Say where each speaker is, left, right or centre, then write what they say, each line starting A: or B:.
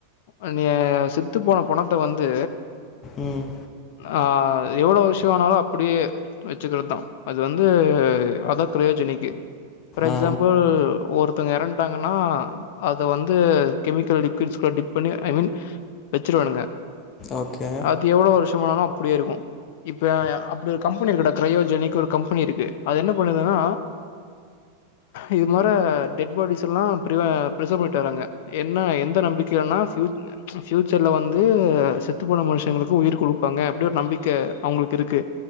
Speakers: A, on the left; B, on the left.
A: அ நீங்க சொத்து போன பொணத்த வந்து
B: ம்
A: ஆ எவ்ளோ வருஷோ ஆனாலு அப்படியே வச்சுக்கர் தா அது வந்து அதா கிரயோஜனிக்கு ஃபார் எக்ஸம்பிள்
B: ஆ
A: ஒருத்தங்க எறந் டாங்கன்னா அத வந்து கெமிக்கல் <unintelligible> டிப் பண்ணி ஐ மீன் வச்சிடுவானுங்க
B: ஓகே
A: து எவ்ளோ வருஷமானாலு அப்டியே இருக்கு இப்ப அப்புடி ஒரு கம்பெனி இருக்குடா க்ரையோஜெனிக் ஒரு கம்பெனி இருக்கு அது என்ன பண்ணுதுன்னா இது மற டெட் பாடிஸ் க்கெல்லா ப்ரிவ ப்ரிசர்வேட்டர் அங்க என்ன எந்த நம்பிக்கைலனா ப்யூ ப்ஃயூச்சர்ல வந்து செத்து போன மனுஷங்களுக்கு உயிர் குடுப்பாங்க அப்படி ஒரு நம்பிக்க அவங்களுக்கு இருக்கு